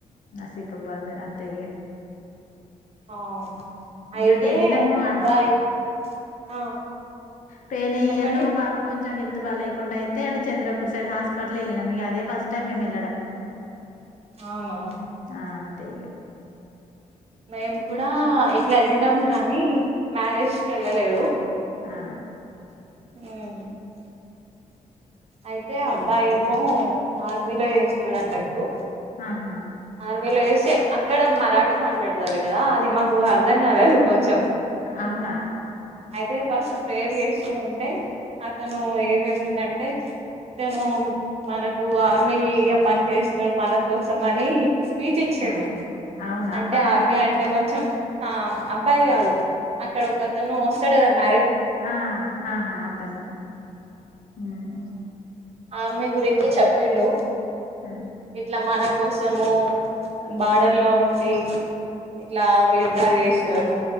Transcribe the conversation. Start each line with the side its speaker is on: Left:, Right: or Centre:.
Left: సిప బాదు అంతే
Right: ఆ అయితే
Left: అటు వెళ్ళినాము
Right: అబ్బాయి ఆ
Left: ప్రయిైనయర్
Right: చెప్పండి
Left: లో మా బాబు కొంచెం హెల్ బా లేకుండా అయితే అటు చంద్రపూర్ సైడ్ హాస్పిటల్ వెళ్ళినం మీకు అదే ఫస్ట్ టైమ్ మేము వెళ్ళడం
Right: అవును
Left: ఆ అంతేగా
Right: మేము కూడా ఇట్లా వెళ్ళినాం కానీ మ్యారేజ్ కి వెళ్ళలేదు
Left: ఆ
Right: అ అయితే అబ్బా ఏమో ఆర్మీలో వేస్తాడు అన్నట్టు
Left: ఆహా
Right: ఆర్మీలో వేస్తే అక్కడ మరాఠీ మాట్లాడతారు కదా అ మాకు
Left: హ్మ్.
Right: అర్థం కాలేదు కొంచెం
Left: అవునా
Right: అయితే ఫస్ట్ ప్రేర్ చేస్తూ ఉంటే అతను ఏం చెప్పిందంటే ఇతను మనకు ఆర్మీ పని చేస్తాడు మన కోసం అని స్పీచ్ ఇచ్చిండు
Left: ఆ అవునా
Right: అంటే
Left: అబ్బాయా
Right: ఆర్మీ అంటే కొంచం <inaudible> అబ్బాయి కాదు అక్కడ ఒక అతను వ చద మ
Left: ఆ ఆహా అతను ఉమ్
Right: ఆ ఆర్మీ గురించి చెప్పిండు
Left: ఆ,
Right: ఎట్లా మన కోసము బార్డర్ లో ఉండి ఇట్లా యుద్ధాలు చేస్తారు